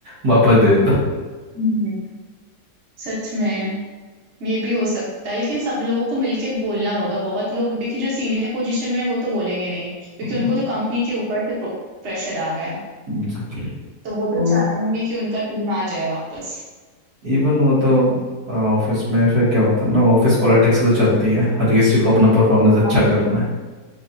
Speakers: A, on the right; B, on the right.
A: वापस दे देता
B: हम्म, सच में ये भी हो सकता है लेकिन सब लोगों को मिलके बोलना होगा बहुत लोग देखिए जो सीनियर पोजीशन में है वो तो बोलेंगे नहीं क्योंकि
A: हूँ
B: उनको तो कंपनी के ऊपर से प्रेशर आ रहा है
A: एग्जैक्टली
B: तो वो तो
A: और
B: चाहेंगे कि उनका टीम आ जाए वापस
A: इवन वो तो ऑफिस में फिर क्या होता है ना ऑफिस पॉलिटिक्स तो चलती है हर किसी को अपना परफॉर्मेंस अच्छा
B: हाँ,
A: करना है